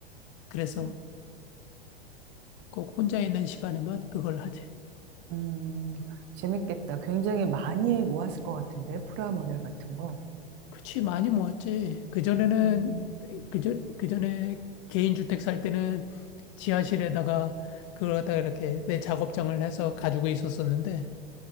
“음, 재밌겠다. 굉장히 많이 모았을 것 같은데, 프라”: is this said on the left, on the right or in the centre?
Right